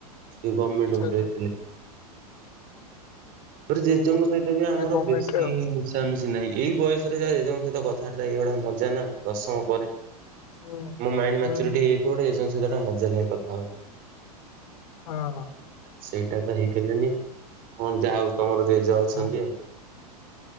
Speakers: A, on the right; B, on the left.
A: ସେ ଗଭର୍ମେଣ୍ଟ
B: ଆଚ୍ଛା
A: ଏମ୍ପ୍ଲଇ
B: ଆଚ୍ଛା
A: ଥିଲେ। ପରେ, ଜେଜେଙ୍କ
B: ଓହୋ
A: ସହିତ ବି ଆମର
B: ଗମେଣ୍ଟରେ
A: ବେଶୀ-ଇ
B: ଆଉ।
A: ମିଶି ମିଶି ନାହିଁ। ଏଇ ବୟସରେ ଯାହା ଜେଜଙ୍କ ସହିତ କଥାଆର୍ତ୍ତା ଏଇଗୁଡା ମଜା ନା ଆଉ ଦଶମ ପରେ
B: ହୁଁ
A: ମୋ ମାଇଣ୍ଡ ମାଚୁରିଟି
B: ହୁଁ
A: ହେଇଥିବ, ଗୋଟେ ଜେଜଙ୍କ ସହିତ ଟେ ମଜା ନାଗେ କଥା ହାଉ।
B: ହଁ।
A: ସେଇଟା ତ ହେଇପାଇଲାନି ଆଉ। ଅଁ, ଯାହା ହଉ ତମର ଜେଜ ଅଛନ୍ତି
B: ଓହୋ।
A: ଆଉ।